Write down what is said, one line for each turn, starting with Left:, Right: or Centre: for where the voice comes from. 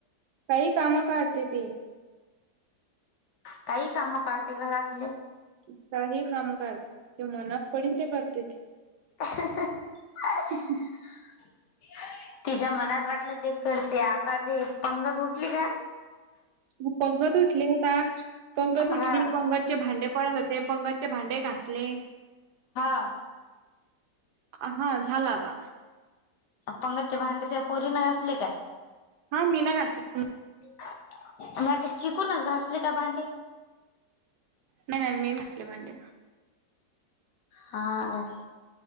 Right: काही कामं करते ती.
Left: काही काम काढते घरातले
Right: काही कामं काढते जे मनात पडीन ते करते.
Left: <inaudible>
Right: ते
Left: तिच्या मनात वाटलं तेच करते आता ते पंगत उठली काय
Right: मग पंगत उठली होता पंगत उठली
Left: हा
Right: पंगतचे भांडे पडत होते, पंगत चे भांडे घासले.
Left: हं.
Right: अ हां, झाला आता.
Left: पंगतचे भांडे त्या पोरीनं घासले काय?
Right: हां मी न <unintelligible>
Left: <unintelligible> चिकूनच घासले का भांडे?
Right: नाही नाही मी <unintelligible> भांडी.
Left: हां,